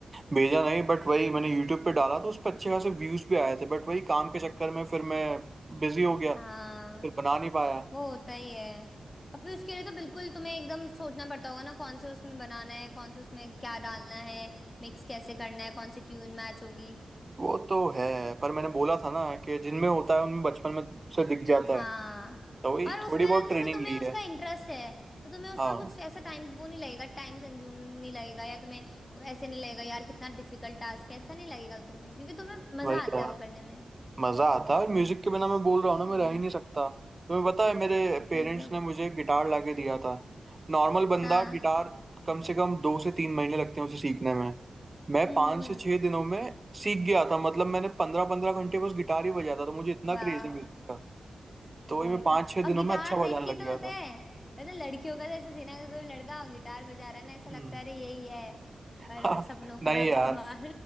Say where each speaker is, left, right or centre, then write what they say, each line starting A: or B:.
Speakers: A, on the right; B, on the left.
A: भेजा नहीं बट वही मैंने यूट्यूब पे डाला तो उस पर अच्छे खासे व्यूज भी आए थे बट वही काम के चक्कर में फिर मैं बिजी हो गया फिर
B: हाँ
A: बना नहीं पाया
B: वो होता ही है अब फिर उसके लिए तो बिल्कुल तुम्हें एकदम सोचना पड़ता होगा ना कौन से उसमें बनाना है कौन से उसमें क्या डालना है मिक्स कैसे करना है कौन सी ट्यून मैच होगी
A: वो तो है पर मैंने बोला था ना कि जिनमें होता है उनमें बचपन में से दिख जाता
B: हाँ
A: है तो वही
B: और उसमें
A: थोड़ी बहुत
B: ना
A: ट्रेनिंग
B: जैसे तुम्हें
A: ली
B: उसका
A: है
B: इंटरेस्ट है तो तुम्हें उसमें
A: हाँ
B: कुछ ऐसा टाइम वो नहीं लगेगा टाइम कंज्यूम नहीं लगेगा या तुम्हें वो ऐसे नहीं लगेगा यार कितना डिफिकल्ट टास्क है ऐसा नहीं लगेगा तुम्हें क्योंकि तुम्हें मजा
A: वही यार
B: आता है वो करने में
A: मजा आता है और म्यूजिक के बिना मैं बोल रहा हूँ ना
B: हम्म
A: मैं रह ही नहीं सकता तुम्हें पता है मेरे पेरेंट्स
B: वही तो
A: ने मुझे गिटार लाके दिया था नॉर्मल बंदा
B: हाँ
A: गिटार कम से कम दो से तीन महीने लगते हैं उसे सीखने में मैं
B: हम्म
A: पाँच
B: हम्म हम्म
A: से छह दिनों में सीख गया था मतलब मैंने पंद्रह पंद्रह घंटे बस गिटार ही बजाता था तो मुझे इतना
B: वाह
A: क्रेज है म्यूजिक का तो वही
B: वही
A: मैं पाँच
B: तो
A: छह दिनों
B: और गिटार
A: में अच्छा बजाने
B: देख के
A: लग
B: तो
A: गया
B: होता
A: था
B: है मतलब लड़कियों का तो ऐसे सीना का कोई लड़का गिटार बजा रहा है ना ऐसा लगता
A: हम्म
B: है अरे यही है और
A: <laughs>
B: सपनों का
A: नहीं
B: राजकुमार
A: यार